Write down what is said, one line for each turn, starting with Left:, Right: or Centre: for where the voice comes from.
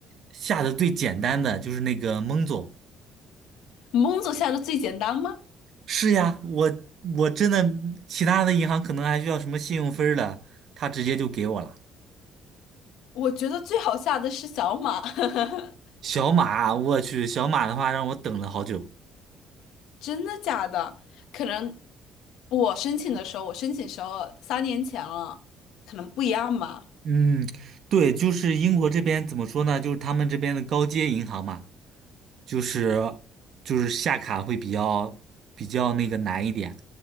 Right: 下的最简单的，就是那个蒙总。
Left: 蒙总下的最简单吗？
Right: 是呀，我我真的其他的银行可能还需要什么信用分儿的，他直接就给我了。
Left: 我觉得最好下的是小马，<laughs>
Right: 小马，我去，小马的话让我等了好久。
Left: 真的假的？可能我申请的时候，我申请时候三年前了，可能不一样吧。
Right: 嗯，对，就是英国这边怎么说呢？就是他们这边的高阶银行嘛，就是就是下卡会比较比较那个难一点，